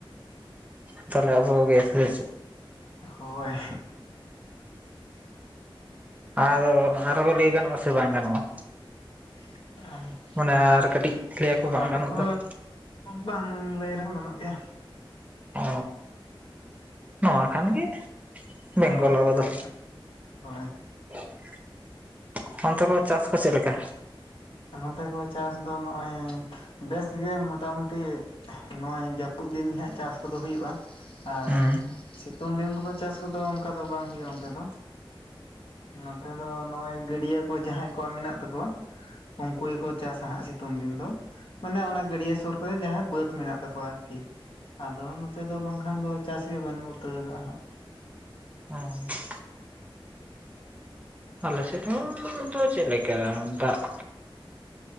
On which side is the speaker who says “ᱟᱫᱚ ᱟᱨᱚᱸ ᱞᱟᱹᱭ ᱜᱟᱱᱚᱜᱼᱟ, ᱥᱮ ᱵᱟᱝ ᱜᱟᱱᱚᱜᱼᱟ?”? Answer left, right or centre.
Right